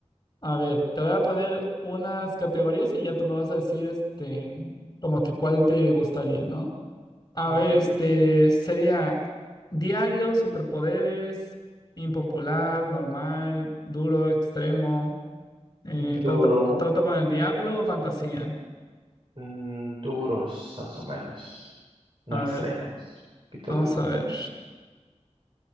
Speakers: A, on the left; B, on the right.
A: A ver, te voy a poner unas categorías y ya tú me vas a decir, este, como que cuál te gustaría, ¿no? A
B: Ujú.
A: ver, este, sería diario, superpoderes, impopular, normal, duro, extremo, eh,
B: Mm, Duro,
A: trato, trato con el diablo o fantasía.
B: mm, duros, más o menos. No
A: A
B: extremos,
A: ver,
B: un poquito
A: vamos
B: durito.
A: a ver.